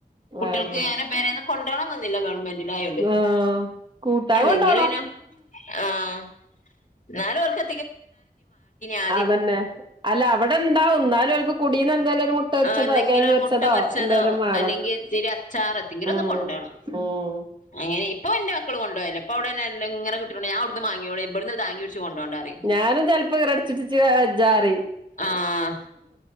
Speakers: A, on the left; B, on the right.
A: കുട്ടികൾക്ക്
B: അതെന്നെ
A: അങ്ങനെ പേര ഒന്നും കൊണ്ടുപോണംന്നില്ല ഗവൺമെന്റ് തിനായണ്ട്.
B: ആഹ് കൂട്ടാൻ
A: എല്ലാങ്കിലുംനോ
B: കൊണ്ടോണം
A: ആഹ ന്നാലും ഓൾക്ക് <unintelligible> <inaudible> <unintelligible>
B: അതന്നെ. അല്ല അവിടെ എന്താ എന്നാലുംക്ക് കുടീന്ന് എന്തായാലും ഒരു പൊരിച്ചതോ
A: ആ എന്തെങ്കിലും
B: കിഴങ്ങ്
A: ഒരു മുട്ട പൊരിച്ചതോ
B: എന്തേലും വേണം
A: അല്ലെങ്കിൽത്തിരി അച്ചാറോ എന്തങ്കിലും
B: ഉം
A: ഒന്ന് കൊണ്ടുണം.
B: ഉം
A: അങ്ങനെ ഇപ്പോ എന്റെ മക്കൾ കൊണ്ടോവെല്ലിയ ഇപ്പം അവിടെല്ല ഇങ്ങനെ കിട്ടിനൊണ്ട് ഞാൻഅവുട്ന്ന് മങ്ങിയൊള്ളി ഇവിടുന്ന് താങ്ങി പിടിച്ച് കൊണ്ടോണ്ടാ പറയും
B: ഞാനും ചിലപ്പോ ഇറടച്ചിട്ടച്ച് വെജാറിയും
A: ആഹ